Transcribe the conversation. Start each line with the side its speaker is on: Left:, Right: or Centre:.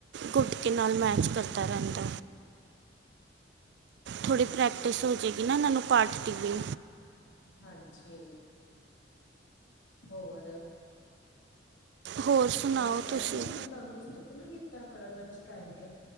Right: ਗੁਟਕੇ ਨਾਲ ਮੈਚ ਕਰਦਾ ਰਹਿੰਦਾ ਐ।
Left: ਬਿਲਕੁਲ।
Right: ਥੋੜੀ ਪ੍ਰੈਕਟਿਸ ਹੋਜੇਗੀ ਨਾ, ਇਹਨਾਂ ਨੂੰ ਪਾਠ ਦੀ ਵੀ।
Left: ਹਾਨਜੀ। ਹੋਰ ਵਧੀਆ ਤੁਸੀਂ
Right: ਹੋਰ ਸੁਣਾਓ
Left: ਲੰਚ ਕਰ
Right: ਤੁਸੀਂ
Left: ਲੇ ਮ- ਤੰਦਸ਼ਟ ਤੇ ਨੀ ਕੀਤਾ ਤੁਹਾਡਾ ਲੰਚ ਟਾਈਮ ਏ।